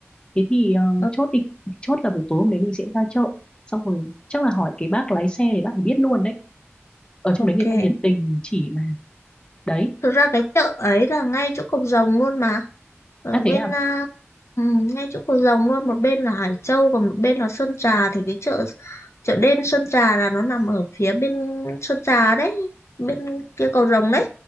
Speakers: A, on the left; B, on the left.
A: thế thì ờ,
B: Ờ,
A: chốt đi chốt là buổi tối hôm đấy mình sẽ ra chợ xong rồi chắc là hỏi cái bác lái xe để bác ấy biết luôn đấy ở trong
B: Ok.
A: đấy người ta nhiệt tình chỉ mà đấy
B: Thực ra cái chợ ấy là ngay chỗ Cộc Rồng luôn mà. Ở
A: à
B: bên
A: thế à
B: à, ừ, ngay chỗ cầu Rồng luôn, một bên là Hải Châu còn một bên là Sơn Trà thì cái chợ chợ đêm Sơn Trà là nó nằm ở phía bên Sơn Trà đấy, bên kia Cầu Rồng đấy,